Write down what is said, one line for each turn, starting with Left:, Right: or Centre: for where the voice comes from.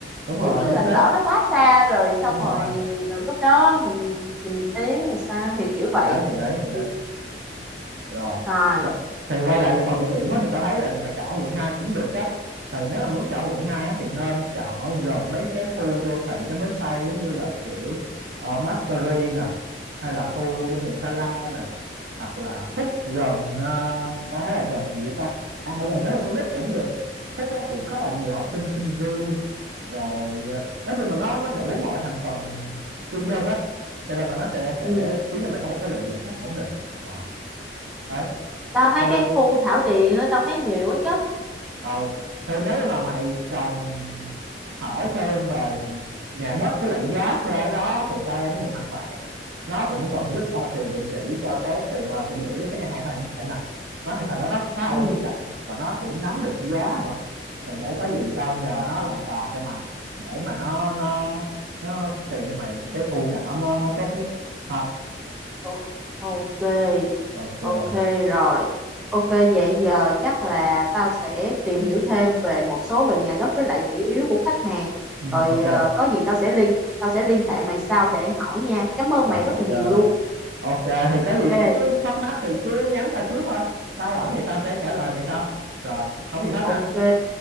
Right: đúng
Centre: kiểu
Right: rồi
Centre: như
Right: chính
Centre: là lỡ
Right: xác
Centre: nó quá xa rồi xong
Right: đúng
Centre: rồi
Right: rồi
Centre: rồi lúc đó mình mình ý là sao thì kiểu
Right: thì
Centre: vậy
Right: đấy thì đấy thì đấy
Centre: Thì-
Right: rồi
Centre: rồi
Right: thì, thì quay lại về phần địa điểm á, thì tao thấy là mày chọn quận 2 cũng được á thì nếu mà muốn chọn quận 2 á, thì nên chọn ở gần mấy cái khu đô thị đó mới xây giống như là kiểu ờ, Mastery nè hay là khu đô thị Sa La nè hoặc là Phúc gần ờ, tao thấy là gần gì vậy ta à gần đó là Thủ Đức cũng được Phúc đó cũng khá là nhiều học sinh sinh viên rồi ờ, nói chung là nó nó đủ mọi thành phần cư dân á cho nên là nó sẽ sẽ
Centre: ừ.
Right: khiến cho mày có một cái lượng lượng khách ổn định Ờ. đấy
Centre: tao thấy
Right: thì
Centre: cái khu Thảo Điền á, tao thấy nhiều quá chứ
Right: ờ thì nếu mà mày cần hỏi thêm về nhà đất với lại giá thuê đó thì tao đang có một thằng bạn nó cũng từng giúp tao tìm địa chỉ cho cái tìm ờ, tìm địa chỉ cho cái nhà hàng tao hiện tại nè nó thì thằng đó nó khá là
Centre: ừ
Right: quen biết rộng và nó cũng nắm được giá nữa thì để có gì tao nhờ nó làm cò cho mày để mà nó nó nó tìm cho mày cái khu nào nó nó tốt nhất ha
Centre: Ồ, ok
Right: ok
Centre: ok rồi ok vậy giờ chắc là tao sẽ tìm hiểu thêm về một số về nhà đất với lại thị yếu của khách hàng
Right: ừ,
Centre: rồi
Right: ok
Centre: ờ, có gì tao sẽ liên tao sẽ liên hệ mày sau để hỏi nha cảm ơn
Right: rồi
Centre: mày rất là nhiều
Right: ok
Centre: luôn
Right: ok thì có
Centre: ok
Right: gì cứ thắc mắc thì cứ nhắn tao trước thôi tao rảnh thì tao sẽ trả lời mày sau rồi không gì hết
Centre: ok
Right: ha